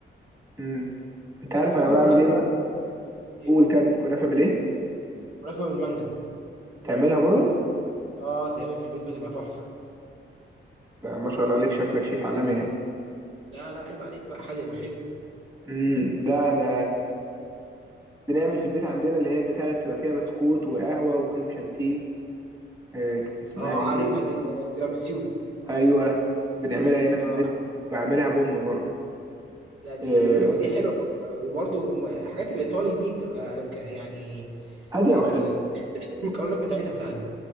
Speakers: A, on the right; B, on the right.
A: امم انت عارف انا
B: ممكن
A: بعمل
B: كنافه
A: ايه بقى
B: يقول
A: قول كمل كنافه بالايه
B: ملفه بالمانجا
A: تعملها برضو
B: اه تعمل في البيت بتبقى تحفه
A: ده ما شاء الله عليك شكلك شيف عالمي يعني
B: لا لا عيب عليك بقى حادق وحلو
A: امم ده انا بنعمل في البيت عندنا اللي هي البتاعة اللي بتبقى فيها بسكوت وقهوة وكريم شانتيه آه، كان اسمها
B: اه
A: ايه
B: عارفها دي التيراميسيو
A: ايوه بنعملها هنا في
B: اه
A: البيت
B: عارف
A: بعملها بأم برضه
B: لا دي
A: آه،
B: ودي حلوه برضه. وبرضه حاجات الايطالي دي بتبقى مك- يعني
A: هادية
B: ال-
A: وحلو
B: ال- <laughs> المكونات بتاعتها سهله